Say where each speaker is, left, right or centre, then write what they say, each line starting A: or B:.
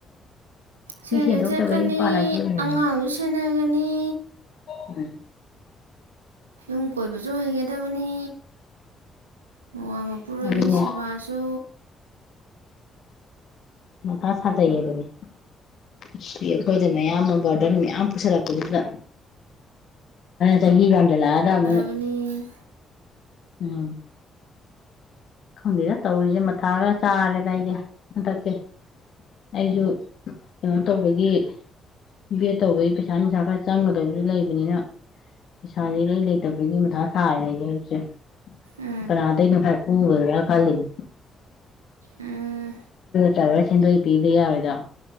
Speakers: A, on the left; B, on the right.
A: ꯅꯨꯄꯤ
B: ꯁꯦꯟꯖꯨ
A: ꯁꯦꯟ ꯊꯣꯛꯇꯕꯩ
B: ꯊꫭꯛꯀꯅꯤ
A: ꯅꯨꯄꯥ ꯂꯥꯏꯊꯣꯛꯏꯅꯦꯅ
B: ꯑꯉꯥꯡꯖꯨ ꯁꯦꯟꯅꯒꯅꯤ
A: ꯎꯝ
B: ꯌꯨꯝ ꯀꯣꯏꯕꯁꯨ ꯍꯩꯒꯗꯕꯅꯤ ꯃꯋꯥ ꯃꯄꯨꯔꯣꯏꯕꯒꯤ
A: ꯑꯗꯨꯅꯦ
B: ꯁꯦꯕꯥꯁꯨ
A: ꯃꯊꯥ ꯁꯥꯖꯩꯌꯦ ꯗꯨꯅꯦ ꯅꯨꯄꯤ ꯑꯩꯈꯣꯏꯗ ꯑꯌꯥꯝꯕ ꯕꯔꯗꯟ ꯃꯌꯥꯝ ꯄꯨꯁꯜꯂꯛꯄꯗꯨꯗ ꯆꯍꯤ ꯌꯝꯖꯜꯂꯛ ꯑꯒ ꯑꯃꯨꯛ
B: ꯃꯅꯤ
A: ꯎꯝ ꯈꯪꯗꯦꯗ ꯇꯧꯔꯤꯖꯦ ꯃꯊꯥ ꯈꯔ ꯆꯥꯔꯦꯗ ꯑꯩꯗꯤ ꯍꯟꯗꯛꯁꯦ ꯑꯩꯖꯨ ꯀꯩꯅꯣ ꯇꯧꯕꯒꯤ ꯕꯦꯠ ꯇꯧꯕꯒꯤ ꯄꯩꯁꯥ ꯅꯨꯡꯁꯥ ꯈꯔ ꯆꯪꯒꯗꯕꯁꯨ ꯂꯩꯕꯅꯤꯅ ꯄꯩꯁꯥꯥꯖꯦ ꯏꯔꯩ ꯂꯩꯇꯕꯒꯤ ꯃꯊꯥ ꯁꯥꯥꯔꯦ ꯑꯩꯁ ꯍꯧꯖꯤꯛꯁꯦ
B: ꯎꯝ
A: ꯀꯅꯥꯗꯩꯅꯣ ꯍꯥꯏꯔꯛꯄ ꯍꯨꯒꯗ꯭ꯔ ꯈꯜꯂꯤꯅꯤ
B: ꯎꯝ
A: ꯇꯧꯔꯥ ꯁꯦꯟꯗꯣꯏ ꯄꯤꯗꯣꯏ ꯌꯥꯔꫭꯏꯗ꯭ꯔꫭ